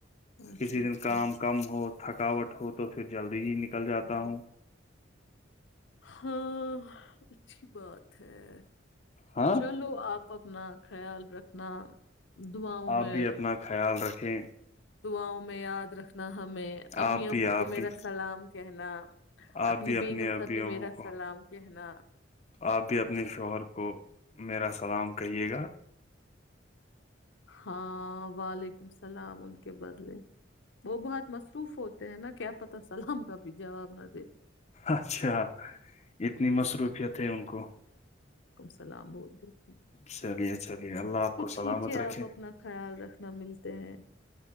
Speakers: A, on the left; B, on the left.
A: اچھا
B: کسی دن
A: ٹھیک
B: کام کم ہو تھکاٹ ہو تو پھر جلد ہی نکل جاتا ہوں
A: جو ہاں ہاں اچھی بات ہے
B: ہاں
A: چلو آپ اپنا خیال رکھنا دعاؤں میں
B: آپ بھی اپنا خیال رکھ۔۔۔ کھے۔
A: دعاؤں میں یاد رکھ۔۔ انا ہمیں۔
B: آپ
A: امی
B: بھی
A: ابو
B: آپ
A: کو میرا
B: بھی
A: سلام کہنا۔
B: آپ
A: اپنی
B: بھی اپنے
A: بیگم
B: ابی
A: سے بھی
B: ابو
A: میرا
B: کو
A: سلام کہنا۔
B: آپ بھی اپنے شوہر کو میرا سلام کہیے گا۔
A: ہاں وعلیکم السلام ان کے بدلے۔ وہ بہت مصروف ہوتے ہیں نا کیا پتا سلام کا بھی جواب نہ دے۔
B: اچھا اتنی مصروفیت ہے ان کو۔
A: سلام بولتی۔۔۔
B: چلیں چلیں اللہ آپ کو سلامت
A: ٹھیک ہے
B: رکھے۔
A: آپ اپنا خیال رکھنا ملتے ہیں۔